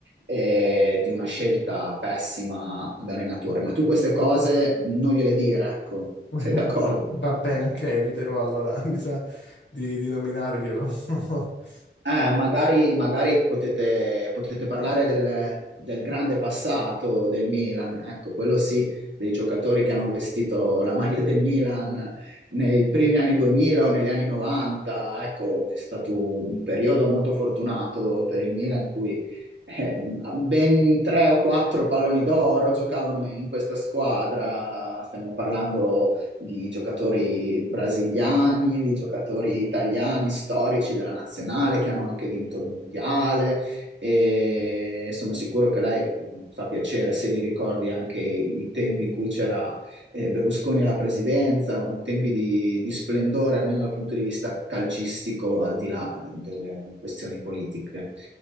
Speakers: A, on the right; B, on the left.
A: eh, di una scelta pessima ad allenatore. Ma tu queste cose non gliele dire, ecco,
B: Va
A: sei d'accordo?
B: va bene, ok, eviterò allora, <laughs> mi sa di, di nominarglielo. <laughs>
A: Eh, magari magari potete, potete parlare del, del grande passato del Milan, ecco, quello sì, dei giocatori che hanno vestito la maglia del Milan nei primi anni 2000 o negli anni 90, ecco, è stato un periodo molto fortunato per il Milan in cui eh, ben tre o quattro palloni d'oro giocavano in questa squadra, stiamo parlando di giocatori brasiliani, di giocatori italiani storici della nazionale che hanno anche vinto il mondiale e sono sicuro che lei mm, fa piacere se li ricordi anche i tempi in cui c'era eh, Berlusconi alla presidenza, un- tempi di, di splendore almeno dal punto di vista calcistico, al di là eh, delle questioni politiche.